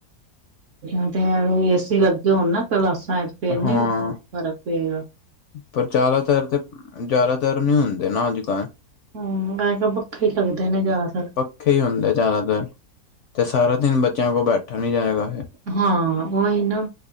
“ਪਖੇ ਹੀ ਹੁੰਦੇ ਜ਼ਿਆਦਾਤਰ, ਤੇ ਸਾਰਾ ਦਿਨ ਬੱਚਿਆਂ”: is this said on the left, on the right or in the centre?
Left